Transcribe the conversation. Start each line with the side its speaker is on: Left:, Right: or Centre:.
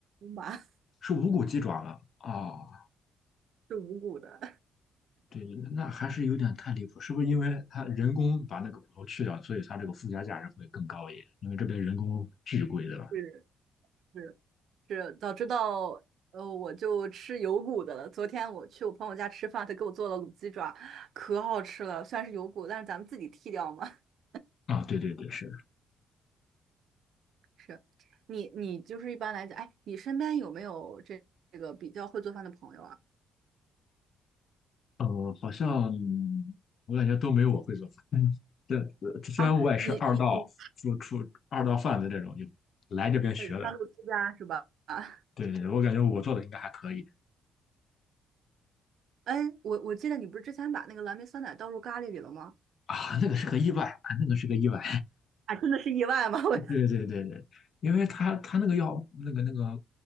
Right: 吧，
Left: 是无骨鸡爪吗？哦，
Right: <laughs> 是无骨的。
Left: 对，对，那还是有点太离谱，是不是因为它人工把那个骨头去掉，所以它这个附加价值会更高一点？因为这边人工巨贵，对吧？
Right: 是是是，早知道呃我就吃有骨的了。昨天我去我朋友家吃饭，他给我做了卤鸡爪，可好吃了。虽然是有骨，但是咱们自己剔掉嘛。<laughs>
Left: 啊，对对对，是，
Right: 是，你你就是一般来讲，哎，你身边有没有这这个比较会做饭的朋友啊？
Left: 呃，好像嗯我感觉都没有我会做饭。<laughs> 嗯，这这虽然我也是二道做出二道贩子这种，
Right: 啊，你你你，
Left: 就来这边学的。
Right: 呃，半路出家是吧？<laughs> 啊，
Left: 对对，我感觉我做的应该还可以
Right: 哎，我我记得你不是之前把那个蓝莓酸奶倒入咖喱里了吗？
Left: 啊，那个是个意外，啊，那个是个意外。
Right: 啊，真的是意外吗？<laughs> 我
Left: 对对对对，因为他他那个要那个那个